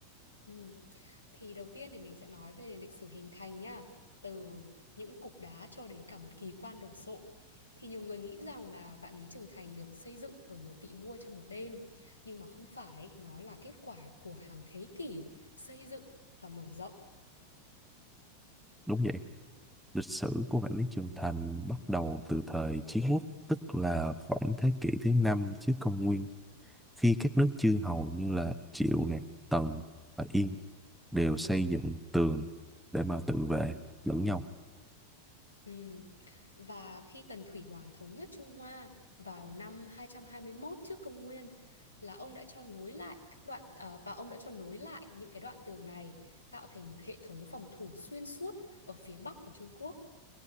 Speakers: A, on the left; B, in the centre.
A: Ừ. Thì đầu tiên thì mình sẽ nói về lịch sử hình thành nhá, từ những cục đá cho đến cả một kỳ quan đồ sộ. Thì nhiều người nghĩ rằng là Vạn Lý Trường Thành được xây dựng bởi một vị vua trong một đêm, nhưng mà không phải, nó là kết quả của hàng thế kỷ xây dựng và mở rộng.
B: đúng vậy lịch sử của Vạn Lý Trường Thành bắt đầu từ thời Chiến Quốc tức là khoảng thế kỷ thứ năm trước công nguyên khi các nước chư hầu như là Triệu nè, Tần và Yên đều xây dựng tường để mà tự vệ lẫn nhau.
A: Ừ. Và khi Tần Thủy Hoàng thống nhất Trung Hoa vào năm 221 trước công nguyên là ông đã cho nối lại các đoạn ờ, và ông đã cho nối lại những cái đoạn tường này tạo thành một hệ thống phòng thủ xuyên suốt ở phía bắc của Trung Quốc.